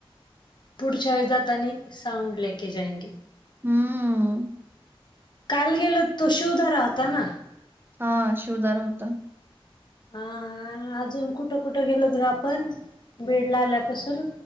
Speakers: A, on the left (about 50°); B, on the right (about 20°).
A: पुढच्या वेळे जातानी साऊंड लेके जायंगे
B: हम्म..
A: काल गेल तो शिवधारा होता ना?
B: हा शिवधारा होता.
A: हा अजून कुठं? कुठं? गेलोत ग आपण बीड ला आल्यापासून,